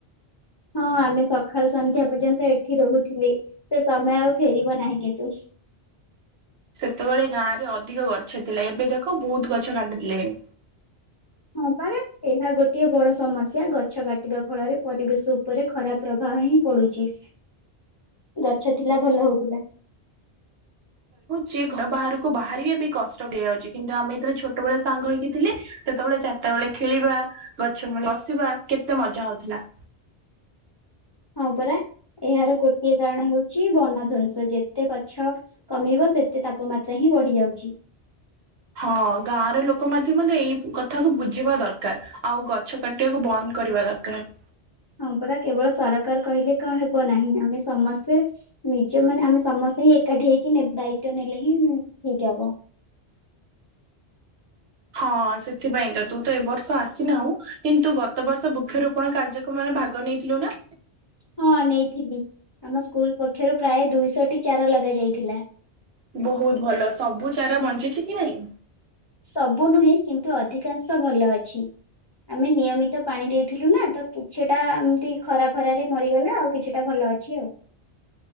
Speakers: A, on the left; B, on the right.
A: ହଁ ଆମେ ସକାଳୁ ସନ୍ଧ୍ୟା ପର୍ଯ୍ୟନ୍ତ ଏଠି ରହୁଥିଲେ ସେ ସମୟ ଆଉ ଫେରିବ ନାହିଁ କିନ୍ତୁ।
B: ସେତେବେଳେ ଗାଁ ରେ ଅଧିକ ଗଛ ଥିଲା ଏବେ ଦେଖ ବହୁତ ଗଛ କାଟି ଦେଲେଣି।
A: ହଁ ପାରା ଏହା ଗୋଟିଏ ବଡ଼ ସମସ୍ୟା ଗଛ କାଟିବା ଫଳରେ ପରିବେଶ ଉପରେ ଖରାପ୍ ପ୍ରଭାବ ହିଁ ପଡ଼ୁଛି। ଗଛ ଥିଲା ଭଲ ହଉଥିଲା।
B: ଯିଏ ଘର ବାହାରକୁ ବାହାରିବା ବି କଷ୍ଟ ହେଇଯାଉଚି କିନ୍ତୁ ଆମେ ଏଥିରେ ଛୋଟବେଳେ ଆ ସାଙ୍ଗ ହେଇକି ଥିଲେ ସେତେବେଳେ ଚାରିଟା ବେଳେ ଖେଳିବା, ଗଛ ମୂଳେ ବସିବା, କେତେ ମଜା ହଉଥିଲା।
A: ହଁ ପରା, ଏହାର ଗୋଟିଏ କାରଣ ହେଉଚି ବନଧ୍ବଂସ, ଯେତେ ଗଛ କମିବ, ସେତେ ତାପମାତ୍ରା ହିଁ ବଢି ଯାଉଚି।
B: ହଁ ଗାଁ ର ଲୋକ <unintelligible> ଏଇ କଥାକୁ ବୁଝିବା ଦରକାର୍। ଆଉ ଗଛ କାଟିବାକୁ ବନ୍ଦ କରିବା ଦରକାର୍।
A: ହଁ ପରା କେବଳ ସରକାର କହିଲେ କଣ ହେବ ନାହିଁ, ଆମେ ସମସ୍ତେ ନିଜେ ମାନେ ଆମେ ସମସ୍ତେ ହିଁ ଏକାଠି ହେଇକି ଦାୟିତ୍ୱ ନେଲେ ହିଁ ଠିକ୍ ହବ।
B: ହଁ ସେଥିପାଇଁ ତ, ତୁ ତ ଏ ବର୍ଷ ଆସିନାହୁଁ କିନ୍ତୁ ଗତ ବର୍ଷ ବୃ ବୃକ୍ଷରୋପଣ କାର୍ଯ୍ୟକ୍ରମରେ ଭାଗ ନେଇଥିଲୁ ନା?
A: ହଁ ନେଇଥିଲି, ଆମ ସ୍କୁଲ ପକ୍ଷରୁ ପ୍ରାୟ ଦୁଇଶଟି ଚାରା ଲଗା ଯାଇଥିଲା।
B: ବହୁତ ଭଲ, ସବୁ ଚାରା ବଞ୍ଚିଛି କି ନାଇଁ?
A: ସବୁ ନୁହେଁ କିନ୍ତୁ ଅଧିକାଂଶ ଭଲ ଅଛି। ଆମେ ନିୟମିତ ପାଣି ଦେଇଥିଲୁ ନା, ତ କିଛିଟା ଏମତି ଖରା ଫରାରେ ମରିଗଲା ଆଉ କିଛିଟା ଭଲ ଅଛି ଆଉ।